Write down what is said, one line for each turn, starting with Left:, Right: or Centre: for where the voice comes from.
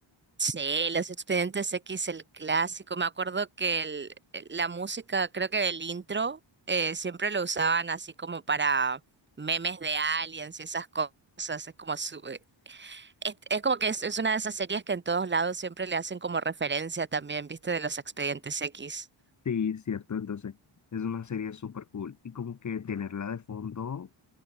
Right: Sí, los Expedientes X, el clásico. Me acuerdo que el- la música, creo que del intro, eh, siempre lo usaban así como para memes de aliens y esas cosas. Es como su- eh, es, es como que es, es una de esas series que en todos lados siempre le hacen como referencia también, ¿viste? De los Expedientes X.
Left: Sí, cierto. Entonces, es una serie súper cool. Y como que tenerla de fondo